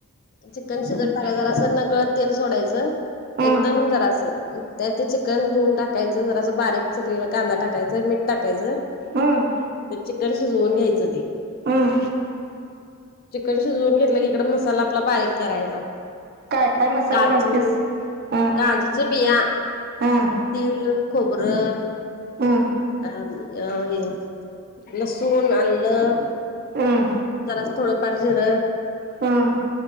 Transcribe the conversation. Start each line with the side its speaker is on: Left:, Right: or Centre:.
Left: चिकन शिजत टाकायचं, जरासं नकळत तेल सोडायचं
Right: हं,
Left: एकदम जरासं, त्या ते चिकन धुवून टाकायचं, जरासं बारीक चिरलेला कांदा टाकायचं मीठ टाकायचं.
Right: हं,
Left: चिकन शिजवून घ्यायचं ते.
Right: हं!
Left: चिकन शिजवून घेतलं की, इकड मसाला आपला बारीक करायचा
Right: काय काय मसाला
Left: काजू
Right: घालतेस हं,
Left: काजूचं बिया,
Right: हं,
Left: तिळ, खोबरं
Right: हं,
Left: अ अ हे लसूण, आलं
Right: हं, हं,
Left: जरासं थोडंफार जीर
Right: हं,